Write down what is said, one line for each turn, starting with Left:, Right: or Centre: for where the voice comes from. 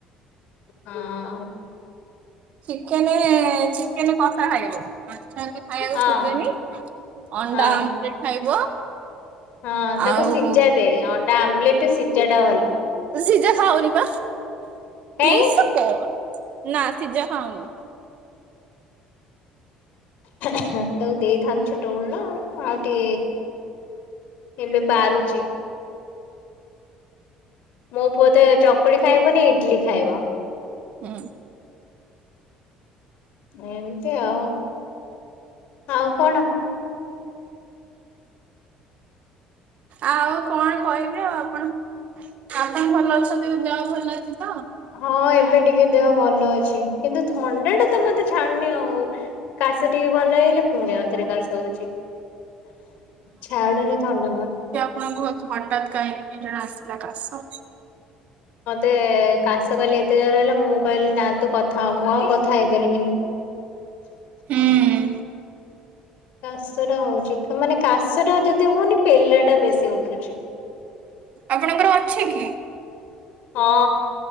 Left: ହଁ।
Right: ଚିକେନେ ଚିକେନ କଷା ଖାଇବ ମାଛ ଏତେ ଖାଇବାକୁ
Left: ହଁ
Right: ଖୋଜେନି। ଅଣ୍ଡା
Left: ହଁ।
Right: ଆମ୍ଲେଟ୍ ଖାଇବ।
Left: ହଁ ତାକୁ
Right: ଆଉ
Left: ଶିଜା ଦେ। ଅଣ୍ଡା ଆମ୍ଲେଟ ସିଝା ଟା ଭଲ।
Right: ସିଜା ଖାଉନି ପା
Left: କାଇଁ
Right: ଏଇସା କଉନ୍ ନା ସିଜା ଖାଉନି।
Left: ତାକୁ ଦେଇଥାନ୍ତୁ ଛୋଟବେଳୁ ନାଉ ଆଉଟି ଏବେ ବାରୁଚି। ମୋ ପୁଅତ ଚକୁଳି ଖାଇବନ ଇଡ୍ଲି ଖାଇବ।
Right: ହଁ।
Left: ଏମିତି ଆଉ ଆଉ କଣ?
Right: ଆଉ କଣ କହିବି ଆଉ ଆପଣ ଆପଣ ଭଲ ଅଛନ୍ତି, ଦେହ ଭଲ ଅଛି ତ?
Left: ହଁ ଏବେ ଟିକେ ଦେହ ଭଲ ଅଛି, କିନ୍ତୁ ଥଣ୍ଡା ଟା ତ ମତେ ଛାଣନି ଆଉ। କାସ ଟିକେ ଭଲ ହେଇଲେ ପୁଣି ଆଉଥରେ କାଶ ହଉଛି। ଛାଡ଼ୁ ନି ଥଣ୍ଡା ମତେ
Right: ଆପଣ ଙ୍କୁ ହଠାତ୍ କାହିଁକି ଜଣ ଆସିଲା କାଶ?
Left: ମୋତେ କାଶ କାଲି ଏତେ ଜୋର ହେଲା ମୁଁ କହିଲି ନା ତୁ କଥା ହ ମୁଁ ଆଉ କଥା ହେଇପାରିବିନି।
Right: ହୁଁ।
Left: କାଶ ହଉଛି ମାନେ କାଶଟା ଯଦି ହଉନି ପେଲାଟା ବେଶୀ ଉଠୁଛି।
Right: ଆପଣଙ୍କର ଅଛି କି?
Left: ହଁ।